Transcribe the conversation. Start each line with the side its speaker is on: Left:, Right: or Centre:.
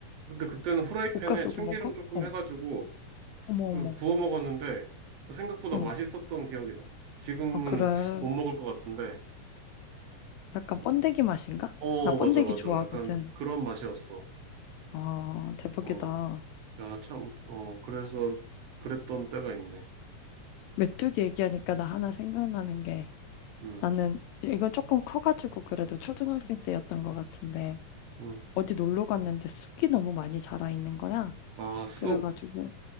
Right: 근데 그때는 후라이팬에
Left: 볶아서도
Right: 참기름
Left: 먹어?
Right: 조금
Left: 어,
Right: 해가지고
Left: 어머,
Right: 그리고
Left: 어머,
Right: 구워 먹었는데 생각보다
Left: 어,
Right: 맛있었던 기억이 나. 지금은
Left: 아 그래.
Right: 못 먹을 것 같은데.
Left: 약간
Right: 그-
Left: 번데기 맛인가?
Right: 어,
Left: 나 번데기
Right: 맞아, 맞아.
Left: 좋아하거든.
Right: 약간 그런 맛이었어.
Left: 아 대박이다.
Right: 어, 야, 참, 어, 그래서 그랬던 때가 있네.
Left: 메뚜기 얘기하니까 나 하나 생각나는 게.
Right: 응,
Left: 나는 이건 조금 커가지고 그래도 초등학생 때였던 것 같은데
Right: 응.
Left: 어디 놀러 갔는데 쑥이 너무 많이 자라 있는 거야.
Right: 아, 쑥.
Left: 그래가지고